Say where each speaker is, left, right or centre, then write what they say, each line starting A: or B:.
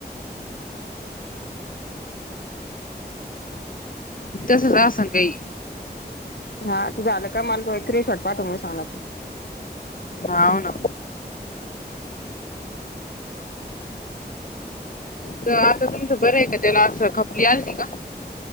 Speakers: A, on the left; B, on the left.
A: इ तसंचन काही
B: हा तू झालं का मला स्क्रीन शॉट पाठव मग सांगा ते
A: हाव ना
B: अ..
A: तर आता तुमचं बरं आहे का त्याला असं खपली आलती का